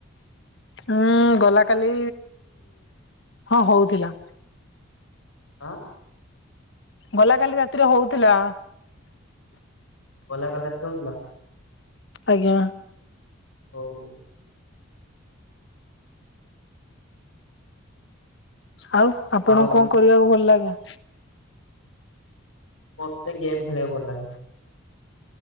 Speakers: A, on the left (about 60°); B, on the left (about 85°).
A: ଉଁ ଗଲା କାଲି ହଁ ହଉଥିଲା।
B: ଆଁ?
A: ଗଲା କାଲି ରାତିରେ ହଉଥିଲା।
B: ଗଲା କାଲି ରାତିରେ ହଉଥିଲା?
A: ଆଜ୍ଞା।
B: ହୋଉ।
A: ଆଉ ଆପଣଙ୍କୁ
B: ଆଉ
A: କଁ କରିବାକୁ ଭଲ ଲାଗେ?
B: ମତେ ଗେମଟ ଖେଳିବାକୁ ଭଲ ଲାଗେ।